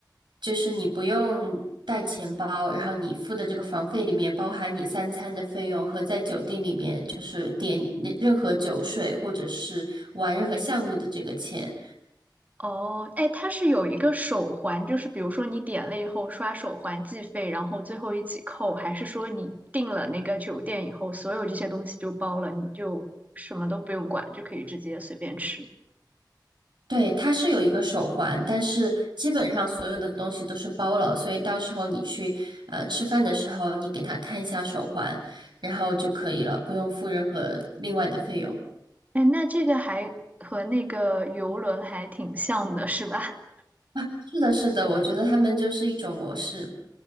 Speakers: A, on the right; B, on the right.
A: 就是你不用带钱包，然后你付的这个房费里面包含你三餐的费用和在酒店里面就是点那任何酒水或者是玩任何项目的这个钱。
B: 哦，哎，它是有一个手环，就是比如说你点了以后刷手环计费，然后最后一起扣，还是说你订了那个酒店以后，所有这些东西就包了，你就什么都不用管，就可以直接随便吃？
A: 对，它是有一个手环，但是基本上所有的东西都是包了，所以到时候你去呃吃饭的时候，你给他看一下手环，然后就可以了，不用付任何另外的费用。
B: 哎，那这个还和那个游轮还挺像的，是吧？
A: 啊，是的，是的，我觉得他们就是一种模式。